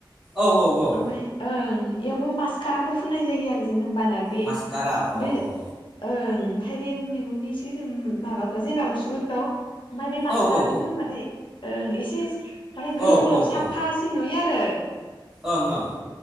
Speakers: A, in the centre; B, on the left (about 75°).
A: औ औ औ
B: ओमफाय ओं इयावबो मासखाराखौ फुननाय जायो आरो जोङो ओमबाना बे
A: मास्कारा अ
B: बे
A: अ
B: ओं ओमफ्राय बे मेगननि इसे जोम माबाखो जेनेबा मुसुगुरखौ ओमफ्राय बे मासकाराखौ
A: औ औ
B: फोनबाथाय ओं एसे माने गोलाव
A: औ
B: गोलाव
A: औ
B: साफासिन
A: औ
B: नुयो रो
A: ओं ओं